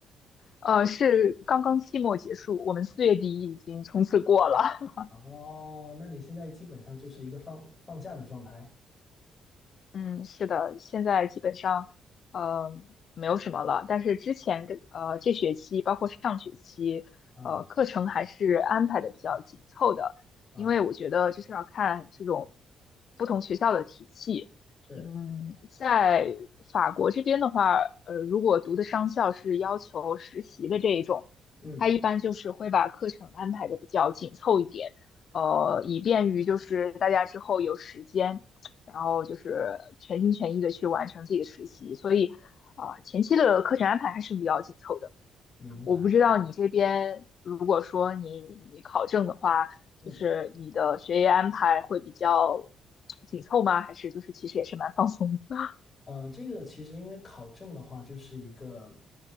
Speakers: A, on the left; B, on the left.
A: 呃，是刚刚期末结束，我们四月底已经冲刺过了。
B: 哦，那你现在基本上就是一个放放假的状态，
A: 嗯，是的，现在基本上，呃，没有什么了。但是之前这呃这学期，包括上学期，
B: 嗯
A: 呃，课程还是安排的比较紧凑的，
B: 嗯，
A: 因为我觉得就是要看这种不同学校的体系。
B: 是，
A: 嗯，在法国这边的话，呃，如果读的商校是要求实习的这一种，
B: 嗯，
A: 它一般就是会把课程安排的比较紧凑一点，呃，以便于就是大家之后有时间。然后就是全心全意的去完成自己的实习，所以啊、呃前期的课程安排还是比较紧凑的。
B: 明白。
A: 我不知道你这边如果说你你考证的话，
B: 嗯。
A: 就是你的学业安排会比较紧凑吗？还是就是其实也是蛮放松的？
B: 嗯、呃，这个其实因为考证的话，就是一个